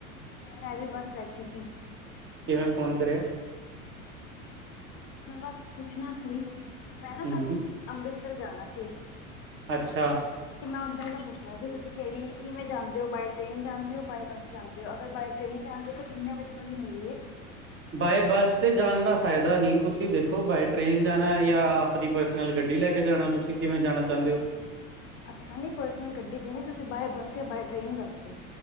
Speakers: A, on the left (about 30°); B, on the right (about 30°).
A: ਮੈਂ ਵੀ ਬਸ ਬੈਠੀ ਸੀ
B: ਕਿਵੇਂ ਫੋਨ ਕਰਿਆ
A: ਮੈਂ ਬਸ ਪੁੱਛਣਾ ਸੀ ਮੈਂ ਨਾ
B: ਹਮ
A: ਕੱਲ ਅੰਮ੍ਰਿਤਸਰ ਜਾਣਾ ਸੀ
B: ਅੱਛਾ
A: ਤੇ ਮੈਂ ਉੱਦਰ ਦਾ ਪੁੱਛਣਾ ਸੀ ਤੁਸੀਂ ਕਿਹੜੀ ਕਿਵੇਂ ਜਾਂਦੇ ਹੋ ਬਾਏ ਟ੍ਰੇਨ ਜਾਂਦੇ ਹੋ ਬਾਏ ਬੱਸ ਜਾਂਦੇ ਹੋ ਅਗਰ ਬਾਏ ਟ੍ਰੇਨ ਜਾਂਦੇ ਹੋ ਤਾਂ ਕਿੰਨੇ ਵਜੇ ਵਾਲੀ ਹੁੰਦੀ ਏ
B: ਬਾਏ ਬੱਸ ਤੇ ਜਾਣ ਦਾ ਫਾਇਦਾ ਨਹੀਂ ਤੁਸੀਂ ਦੇਖ ਦੇਖੋ ਬਾਏ ਟ੍ਰੇਨ ਜਾਣਾ ਯਾਂ ਆਪਣੀ ਪਰਸਨਲ ਗੱਡੀ ਲੈ ਕੇ ਜਾਣਾ ਤੁਸੀਂ ਕਿਵੇਂ ਜਾਣਾ ਚਾਹੁੰਦੇ ਹੋ
A: ਅੱਛਾ ਨੀ ਪਰਸਨਲ ਗੱਡੀ ਤੇ ਨੀ ਤੁਸੀਂ ਬਾਏ ਬੱਸ ਯਾਂ ਬਾਏ ਟ੍ਰੇਨ ਦਸਦੋ